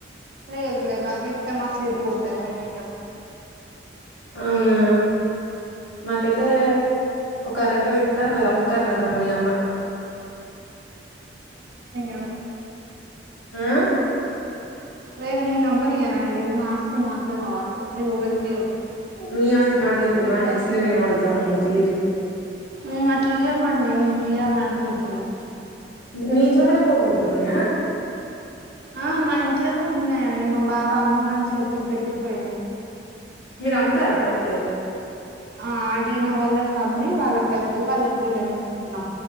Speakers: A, on the right; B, on the left.
A: లేదు లే అలే ఇతే మాస ఇది పోతయి మ
B: అవునా మాకైతే ఒక అార ఎక్రమ ఇతా అది అమ్ముతాన్నా మీ అమ్మ
A: ఆ
B: ఆ
A: లేదు మీ నమ్మనియనండి మాస్తి మాకే కావాలి మీ ఒబరికి
B: మీ అస్తతి మాకి నాకు మాకకి చిన్న మీ వాడుతుానది
A: మేము అట్లా ఇయ్వమండి మేము ఇయ్వాలని అనుకోవట్లేదు
B: మీ ఇంట్లో కూడా కోడిగుడ్లు ఉన్నాయా
A: ఆ మా ఇంట్లో కూడా ఉన్నాయండి మా బాబా అమ్మ మన చేతులు పెట్టిపోయింది
B: మీరమతారతే
A: ఆ ఆడిగిన వాళ్ళకి కమ్మి వాళ్ళ ప్రజలు వాళ్ళకి రిటర్న్ ఇస్తున్నాం